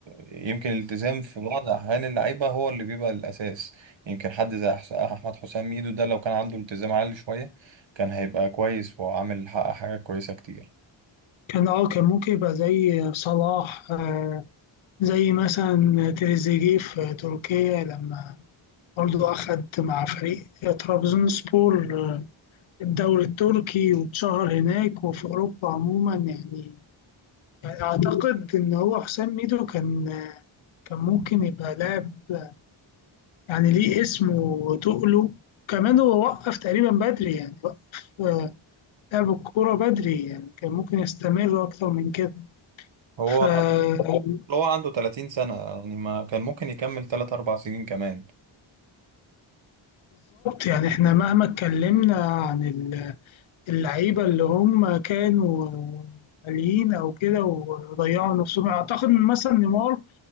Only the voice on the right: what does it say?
يمكن الالتزام في بعض احيان اللعيبه هو اللي بيبقى الاساس يمكن حد زي أح- احمد حسام ميدو ده لو كان عنده التزام عالي شويه كان هيبقى كويس وعامل حقق حاجات كويسة كتير
هو
هو عنده 30 سنة يعني ما كان ممكن يكمل 3 4 سنين كمان